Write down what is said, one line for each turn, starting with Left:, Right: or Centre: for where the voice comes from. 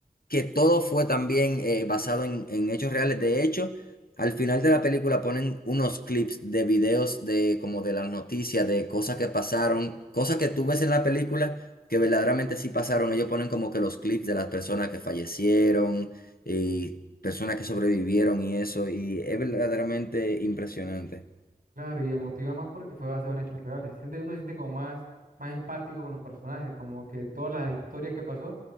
Left: que todo fue también eh, basado en, en hechos reales. De hecho, al final de la película ponen unos clips de videos de como de las noticias, de cosas que pasaron, cosas que tú ves en la película que verdaderamente sí pasaron. Ellos ponen como que los clips de las personas que fallecieron y personas que sobrevivieron y eso, y es verdaderamente impresionante.
Right: Claro, y emotiva más porque fue basado en hechos reales. Siente, uno se siente como más, más empático con los personajes, como que toda la historia que pasó